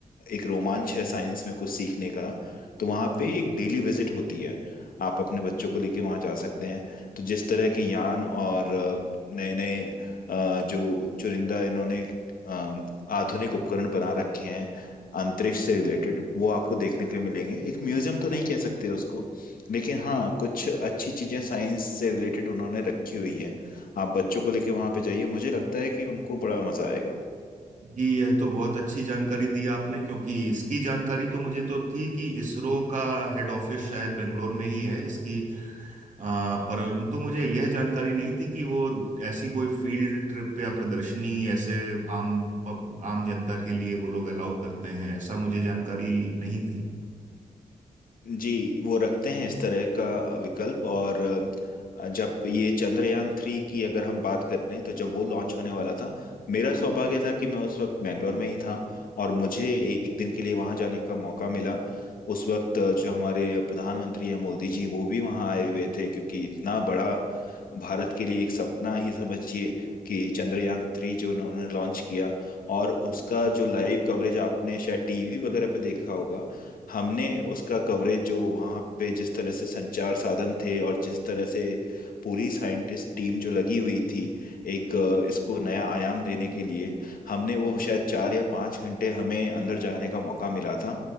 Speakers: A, on the left (about 80°); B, on the right (about 60°).
A: एक रोमांच है साइंस में कुछ सीखने का तो वहाँ पे एक डेली विजिट होती है आप अपने बच्चों को लेके वहाँ जा सकते हैं तो जिस तरह के यान और नए नए जो चुरिंदा इन्होंने अ, आधुनिक उपकरण बना रखे हैं अंतरिक्ष से रिलेटेड वो आपको देखने के लिए मिलेंगे एक म्यूजियम तो नहीं कह सकते उसको लेकिन हाँ कुछ अच्छी चीजें साइंस से रिलेटेड उन्होंने रखी हुई हैं आप बच्चों को लेके वहां पे जाइए मुझे लगता है कि उनको बड़ा मजा आएगा
B: जी यह तो बहुत अच्छी जानकारी दी आपने क्योंकि इसकी जानकारी तो मुझे तो थी कि इसरो का हेड ऑफिस शायद बेंगलोर में ही है इसकी आ, परंतु मुझे यह जानकारी नहीं थी कि वो ऐसी कोई फील्ड ट्रिप या प्रदर्शनी ऐसे आम आम जनता के लिए वो लोग अलाउ करते हैं ऐसा मुझे जानकारी नहीं थी
A: जी वो रखते हैं इस तरह का विकल्प और अ, जब ये चंद्रयान थ्री की अगर हम बात करें तो जब वो लॉन्च होने वाला था मेरा सौभाग्य था कि मैं उस वक्त बैंगलोर में ही था और मुझे एक दिन के लिए वहां जाने का मौका मिला उस वक्त जो हमारे प्रधानमंत्री हैं मोदी जी वो भी वहां आए हुए थे क्योंकि इतना बड़ा भारत के लिए एक सपना ही समझिए कि चंद्रयान थ्री जो उन्होंने लॉन्च किया और उसका जो लाइव कवरेज आपने शायद टीवी वगैरह पे देखा होगा हमने उसका कवरेज जो वहाँ पे जिस तरह से संचार साधन थे और जिस तरह से पूरी साइंटिस्ट टीम जो लगी हुई थी एक अ, इसको नया आयाम देने के लिए हमने वो शायद चार या पाँच घंटे हमें अंदर जाने का मौका मिला था